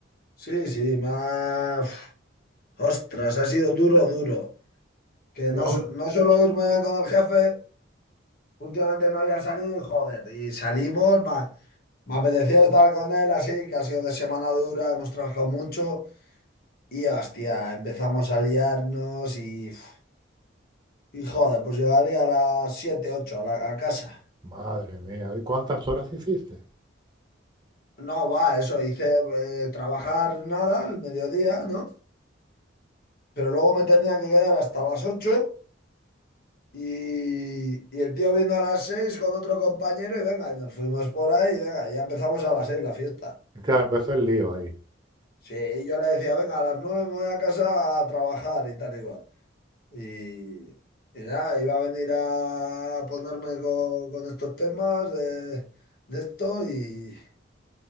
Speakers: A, on the left (about 50°); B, on the right (about 25°).
A: Sí, sí, más... Ostras, ha sido duro, duro. Que
B: Yo
A: no,
B: aún.
A: so- no solo irme con el jefe, últimamente no había salido y joder, y salimos, más... me apetecía estar con él así, que ha sido de semana dura, hemos trabajado mucho. Y hostia, empezamos a liarnos y, uf, y joder, pues llegaría a las 7 8 a la a casa.
B: Madre mía, ¿y ¿cuántas horas hiciste?
A: No, va, eso, hice eh, trabajar nada al mediodía, ¿no? Pero luego me tenía que quedar hasta las 8 y, y el tío vino a las 6 con otro compañero y venga, y nos fuimos por ahí y venga, ya empezamos a las 6 la fiesta.
B: Claro, empezó el lío ahí.
A: Sí, y yo le decía, venga, a las 9 me voy a casa a trabajar y tal igual Y, y nada, iba a venir a ponerme con, con estos temas de, de esto y,